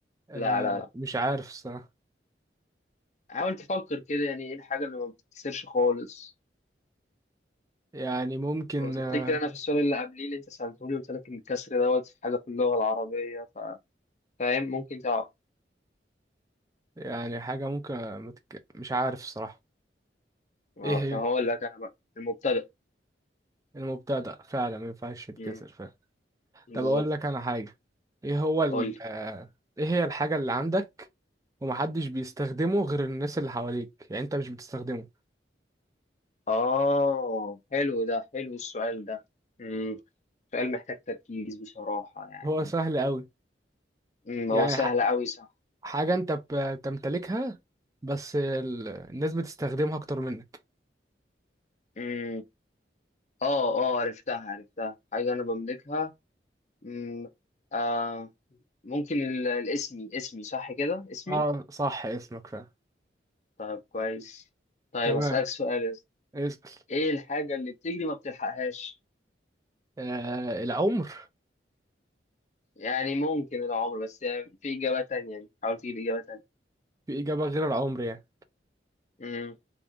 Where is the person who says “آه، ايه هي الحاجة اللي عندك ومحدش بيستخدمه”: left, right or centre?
Right